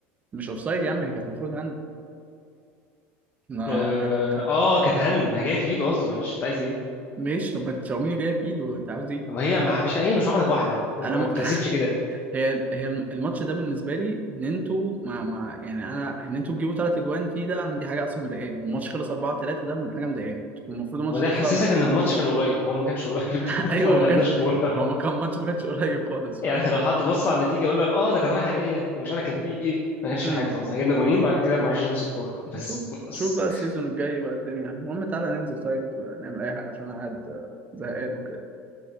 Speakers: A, on the right (about 25°); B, on the left (about 35°).
A: مش اوفسايد يا عم هي كانت المفروض ما
B: آه,
A: هو كانت كا-
B: آه كانت هند ما هي جاية في إيده قصدي معلش أنت عايز إيه؟
A: ماشي طب ما تشاوميني جايه في ايده انت عاوز ايه
B: ما هي ما فيش هي مش واحدة بواحدة هي
A: انا
B: ما
A: م...
B: بتحسبش كده
A: هي هي الماتش ده بالنسبه لي ان انتوا ما ما يعني انا ان انتوا تجيبوا ثلاث اجوان فيه ده أنا دي حاجه اصلا مضايقاني الماتش خلص 4 3 ده من حاجه مضايقاني كان المفروض الماتش
B: هو ده
A: ده
B: حسسك
A: يطلع
B: ان الماتش كان قريب هو ما كانش قريب
A: <laughs>
B: <laughs>
A: ايوه
B: احنا ما لعبناش
A: ما كان
B: كوره
A: هو ما كان ماتش ما كانش قريب خالص
B: <laughs> يعني
A: فاهم
B: لو حد بص على النتيجه يقول لك اه ده كانت رايحه جايه ومش عارف كان فيه ايه ما كانش
A: امم
B: فيه حاجه خالص احنا جبنا جونين بعد كده ما عرفناش نمسك الكوره بس
A: نشوف
B: <laughs> خلاص
A: نشوف بقى السيزون الجاي بقى الدنيا المهم تعالى ننزل طيب نعمل اي حاجه عشان انا قاعد زهقان وكده